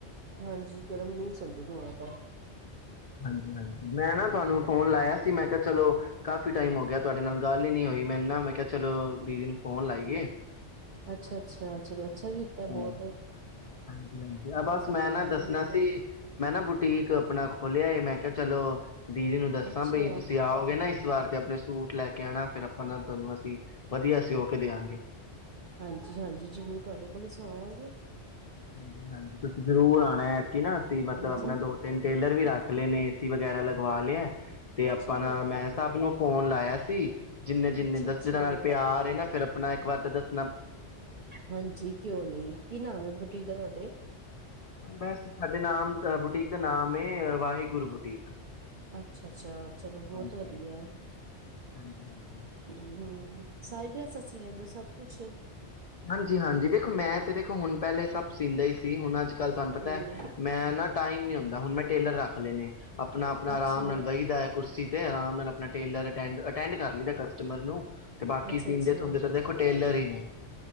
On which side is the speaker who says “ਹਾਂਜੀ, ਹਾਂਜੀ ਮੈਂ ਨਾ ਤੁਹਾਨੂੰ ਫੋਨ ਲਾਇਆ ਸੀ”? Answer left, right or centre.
Left